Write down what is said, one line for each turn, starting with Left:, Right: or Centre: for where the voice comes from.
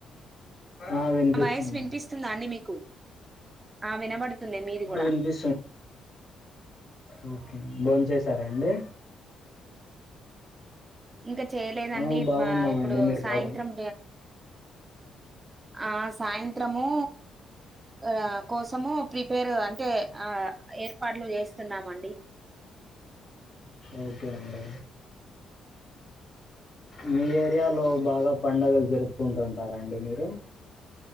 Left: ఆ వినిపిస్తుందండి
Right: నా వాయిస్ వినిపిస్తుందా అండి మీకు ఆ వినబడుతుంది మీది
Left: ఆ
Right: కూడా
Left: వినిపిస్తుంది. ఓకే బోన్ చేసారా అండి
Right: ఇంకా చేయలేదండి
Left: ఆ బాగున్నామండి
Right: మా ఇప్పుడు
Left: మీరు
Right: సాయంత్రం
Left: బాగు
Right: ఆ సాయంత్రము ఆ కోసము ప్రిపేరు అంటే ఆ ఏర్పాట్లు చేస్తున్నామండి
Left: ఓకే అండి మీ ఏరియాలో బాగా పండుగలు జరుపుకుంటుంటారా అండి మీరు